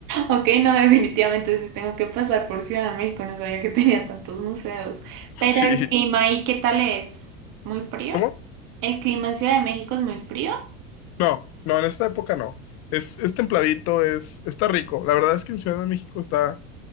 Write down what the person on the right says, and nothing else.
ok, no, definitivamente sí tengo que pasar por Ciudad de México, no sabía que tenía tantos museos. Pero
el clima ahí, ¿qué tal es? ¿Muy frío?
¿El clima en Ciudad de México es muy frío?